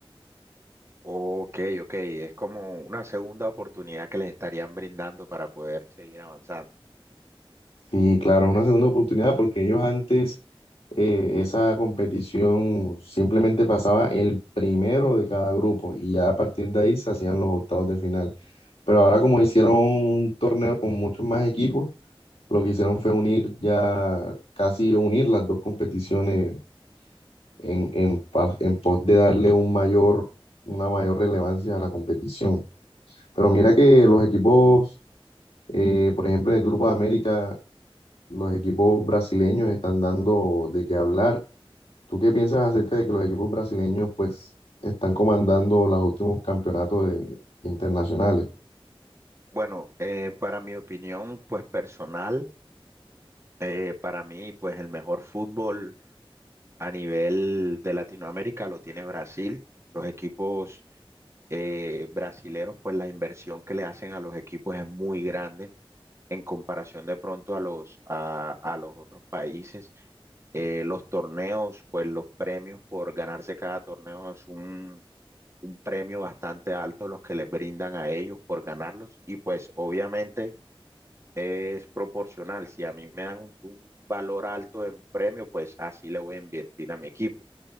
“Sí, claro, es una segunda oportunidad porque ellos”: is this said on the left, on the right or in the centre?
Left